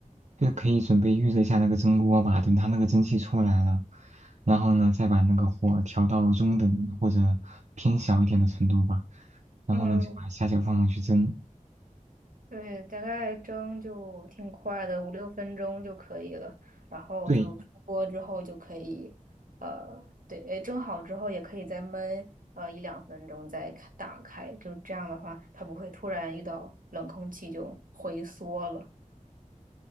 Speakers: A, on the right; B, on the right.
A: 就可以准备预热一下那个蒸锅吧，等它那个蒸汽出来了，然后呢再把那个火调到中等或者偏小一点的程度吧，然后呢就把虾饺放上去蒸。
B: 嗯，对，大概蒸就挺快的，五六分钟就可以了。然后就出锅之后就可以，
A: 对，
B: 呃，对，哎，蒸好之后也可以再焖呃一两分钟再开打开，就这样的话，它不会突然遇到冷空气就回缩了。